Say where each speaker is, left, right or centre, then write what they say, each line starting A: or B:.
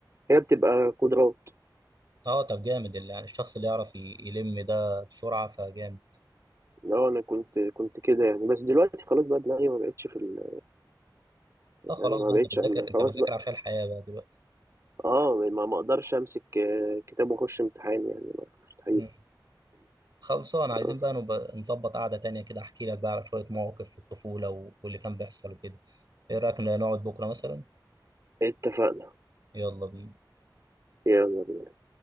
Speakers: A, on the right (about 40°); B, on the right (about 60°).
A: هي بتبقى قدرات
B: اه طب جامد اللي يعني الشخص اللي يعرف ي- يلم ده بسرعه فجامد
A: اه انا كنت كنت كده يعني بس دلوقتي خلاص بقى دماغي ما بقتش في ال...
B: اه خلاص
A: يعني ما
B: بقى
A: بقتش
B: انت بتذاكر
A: انا
B: انت
A: خلاص
B: بتذاكر
A: بقى
B: عشان الحياة بقى دلوقتي
A: اه ما ما اقدرش امسك آه، كتاب واخش امتحان يعني مستحيل
B: مم. خلصان عايزين
A: آه.
B: بقى نبقى نظبط قعدة تانية كده احكي لك بقى على شوية مواقف في الطفولة و- واللي كان بيحصل وكده ايه رأيك نقعد بكرة مثلا
A: اتفقنا
B: يلا بينا
A: يلا بينا